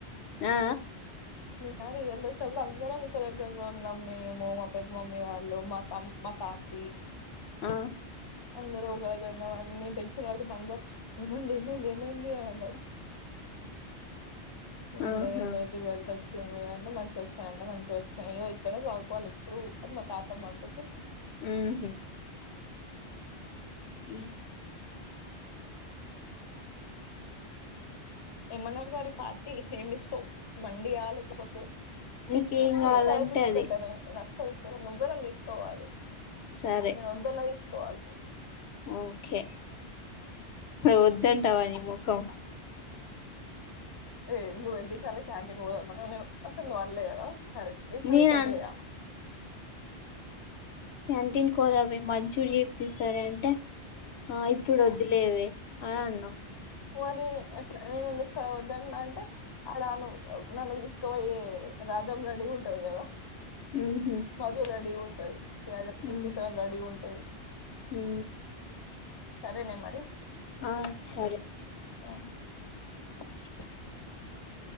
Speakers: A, on the left; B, on the left.
A: ఆ
B: నిన్నా రిజల్ట్ వచ్చిప్పుడు అందరం ఒక్క దగ్గర్నే ఉన్నాం. మేము, మా పెద్ద మమ్మీ వాళ్ళు మా తమ్ మా తాతీ
A: ఆ
B: అందరం ఒక దగ్గర ఉన్నం అన్ నేన్ టెన్షన్ పడు ఇంట్లో అందర్ ఏమైంది ఏమైంది ఏమైందీ అన్ అన్నరు. ఏం
A: ఆహా
B: లేద్ ఏం లేద్ రిజల్ట్ వచ్చింది అంటే మంచిగొచ్చినయా అంటే మంచిగొచ్చినయి ఇగో ఇట్లనే <inaudible> కోవాల్ ఎప్పుడు అని మా తాతమ్మ అంటుంది.
A: ఉహు మ్
B: ఏమ్మారు మరి పార్టీ ఏమిస్తవ్ మండీయా లేకపోతే
A: నీకేం
B: ఆశు
A: కావాలంటే
B: ఈ సారైతే ఇడిచిపెట్టనే
A: అది
B: నేన్ అసల్ నువ్వే నన్ తీస్కపోవాలె
A: సరే
B: నేన్ వద్దన్న తీస్కపోవాలె నువ్
A: ఓకే వద్దంటవా ని ముఖం
B: ఏ నువ్ ఎదిసల క్యాంటీన్ పోదాం మన నీను అసలు నువ్వనలే కదా సరే ఈసరి
A: నేను
B: అయితే వదిలేయా
A: క్యన్ంటన్కి పొదమే మంచూరి తిస్తదే అంటే ఆ ఇప్పుడు వద్దులేవే అని అన్నా
B: మరి అట్లా నేను ఎందుకు కా వద్దన్న అంటే అని అను నన్ను తీసుకుపోయే రాధం రెడిగ ఉంటది కదా
A: ఉహు
B: మధురెడిగ ఉంటది
A: ఉ
B: ఫిఫ్టీ సెవెన్ రెడిగుంటది
A: ఉ
B: సరేనే మరి
A: ఆ సరే
B: మ్